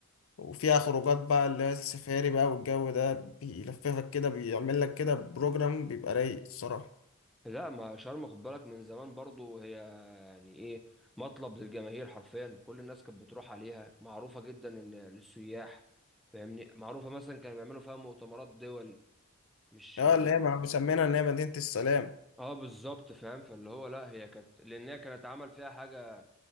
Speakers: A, on the left; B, in the centre.
A: وفيها خروجات بقى اللي هي السفاري بقى والجو ده بيلففك كده بيعمل لك كده بروجرام بيبقى رايق الصراحة
B: لا ما شرم خد بالك من زمان برضو هي يعني ايه مطلب للجماهير حرفيا كل الناس كانت بتروح عليها معروفة جدا ان للسياح فاهمني معروفة مثلا كانوا بيعملوا فيها مؤتمرات دول مش
A: اه
B: م-
A: اللي هي مسمينها ان هي مدينة السلام
B: اه بالظبط فاهم فاللي هو لا هي كانت لان هي كانت عمل فيها حاجة